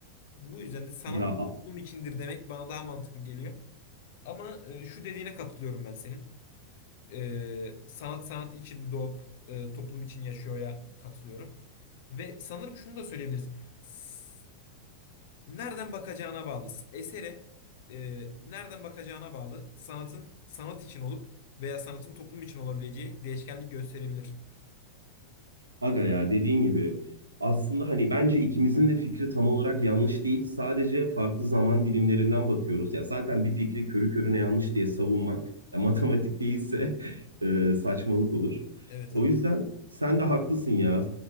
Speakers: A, on the left; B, on the right.
A: Bu yüzden de sanat
B: Ya
A: toplum içindir demek bana daha mantıklı geliyor. Ama e, şu dediğine katılıyorum ben senin. E, sanat sanat için doğup e, toplum için yaşıyor'ya katılıyorum. Ve sanırım şunu da söyleyebiliriz. S- Nereden bakacağına bağlı. Esere e, nereden bakacağına bağlı sanatın sanat için olup veya sanatın toplum için olabileceği değişkenlik gösterebilir.
B: Aga ya dediğin gibi aslında hani bence ikimizin de fikri tam olarak yanlış değil. Sadece farklı zaman dilimlerinden bakıyoruz. Ya zaten bir fikri körü körüne yanlış diye savunmak ya matematik değilse <laughs> e, saçmalık olur.
A: Evet
B: O
A: haklısın.
B: yüzden sen
A: Tamam.
B: de haklısın ya.